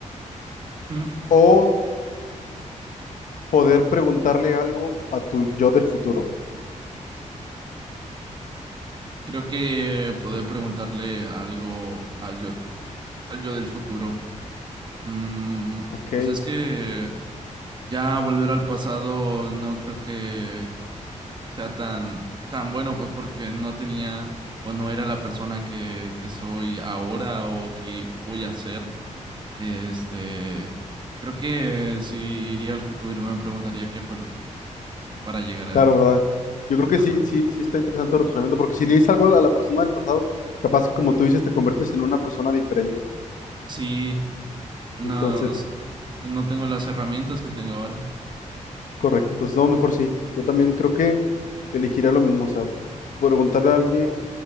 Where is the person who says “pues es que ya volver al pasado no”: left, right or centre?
Right